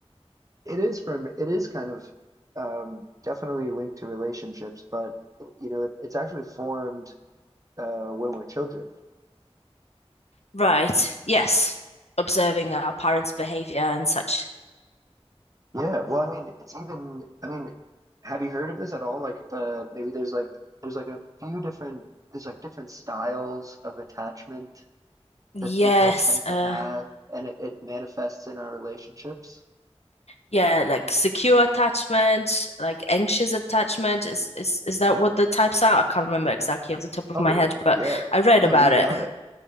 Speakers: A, on the right; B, on the left.
A: It is from, it is kind of um, definitely linked to relationships, but you know, it, it's actually formed uh, when we're children.
B: Right. Yes. Observing our parents' behavior and such.
A: Yeah, well, I mean, it's even, I mean, have you heard of this at all? Like the, maybe there's like, there's like a few different, there's like different styles of attachment
B: Yes.
A: that people tend
B: Uh,
A: to have, and it, it manifests in our relationships.
B: yeah, like secure attachment, like anxious attachment. Is is is that what the types are? I can't remember exactly off the top of
A: Totally.
B: my head, but
A: Yeah.
B: I read
A: No,
B: about
A: you got
B: it.
A: it.